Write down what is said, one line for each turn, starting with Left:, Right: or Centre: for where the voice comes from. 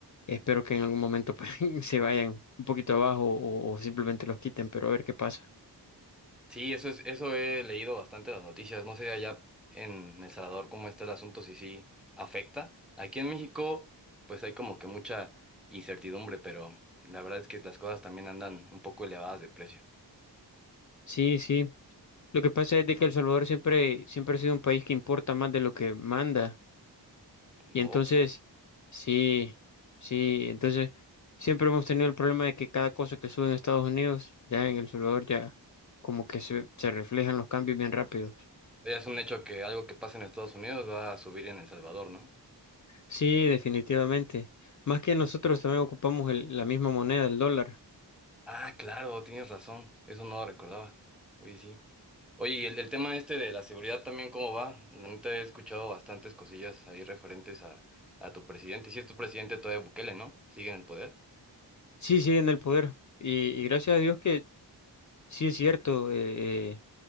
Left: Espero que en algún momento pues, <laughs> se vayan un poquito abajo o, o simplemente los quiten, pero a ver qué pasa.
Centre: Sí, eso es, eso he leído bastante las noticias, no sé allá en El Salvador cómo está el asunto, si sí afecta. Aquí en México, pues hay como que mucha incertidumbre, pero la verdad es que las cosas también andan un poco elevadas de precio.
Left: Sí, sí. Lo que pasa es de que El Salvador siempre, siempre ha sido un país que importa más de lo que manda.
Centre: No,
Left: Y entonces, sí, sí, entonces siempre hemos tenido el problema de que cada cosa que sube en Estados Unidos, ya en El Salvador, ya como que se, se reflejan los cambios bien rápidos.
Centre: ya es un hecho que algo que pasa en Estados Unidos va a subir en El Salvador, ¿no?
Left: Sí, definitivamente. Más que nosotros también ocupamos el- la misma moneda, el dólar.
Centre: Ah, claro, tienes razón, eso no lo recordaba. Oye, sí. Oye, y el, el tema este de la seguridad también, ¿cómo va? La neta he escuchado bastantes cosillas ahí referentes a, a tu presidente. Si es tu presidente todavía Bukele, ¿no? Sigue en el poder.
Left: Sí, sigue en el poder. Y, y gracias a Dios que sí es cierto, eh, eh,